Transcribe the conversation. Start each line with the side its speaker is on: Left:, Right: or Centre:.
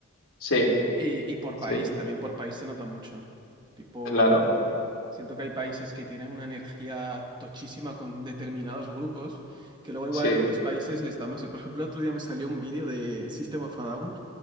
Left: Sí,
Right: Y, y por
Left: sí,
Right: país, también por país se nota mucho. Tipo,
Left: claro,
Right: siento que hay países que tienen una energía tochísima con determinados grupos, que luego igual
Left: sí,
Right: en otros países les da más. Por ejemplo, otro día me salió un vídeo de System of a Down,